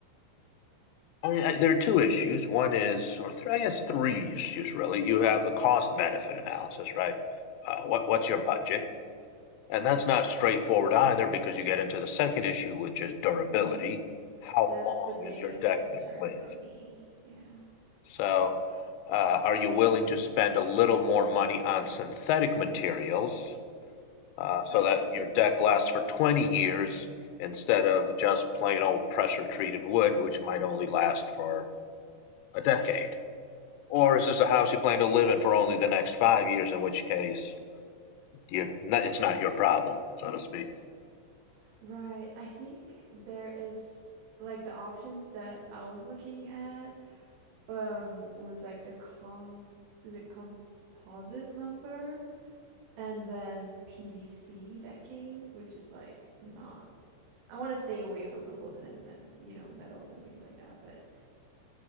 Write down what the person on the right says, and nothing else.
That's
the biggest
concern
for me. Yeah.
I
am.
Right. I think there is like the options that I was looking at um was like the com is it composite lumber and then PVC decking, which is like not I want to stay away from aluminum and, you know, metals and things like that. But